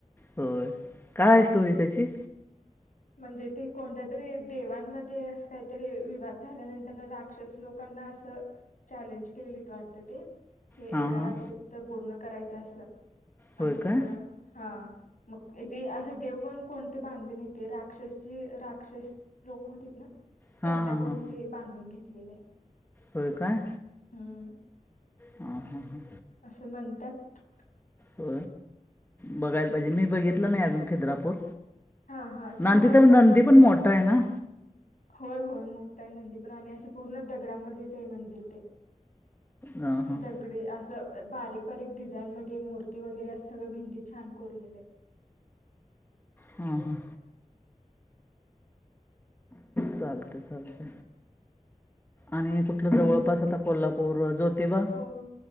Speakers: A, on the left; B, on the left.
A: होय काय आहे स्टोरी त्याची
B: म्हणजे ते कोणत्या तरी देवांमध्ये अस काहीतरी विवाद झाल्यानंतर रा अक्ष लोकांना अस चॅलेंज केलेली वाटत ते हे
A: हां
B: एका
A: हां
B: रात्रीत पूर्ण करायचं असं
A: होय
B: आणि
A: काय
B: हा मगथे असं देव पण कोण बांधले नाही ते राक्षस जे राक्षस लोक होते ना त्यांच्याकडून
A: हां हां हां
B: ते बांधून घेतलेले आहे
A: होय काय
B: हम्
A: हा हा हा
B: असं म्हणतात
A: हो बघायला पाहिजे मी बघितलं नाही अजून खिद्रापूर
B: हा हा छान
A: नांदी
B: आहे
A: तर
B: जाऊन
A: नंदी
B: हे
A: पण
B: बघ
A: मोठा आहे ना
B: होय होय मोठा आहे नंदी पण आणि असं पूर्ण दगडामध्येच आहे मंदिर ते
A: हां
B: द
A: हां
B: तगडे असं बारीक बारीक डिझाईन मध्ये मूर्ती वगैरे असं सगळं भिंतीत छान कोरलेले
A: हां हां चालत चालत आणि कुठलं जवळपास आता कोल्हापूर ज्योतिबा
B: आहे हो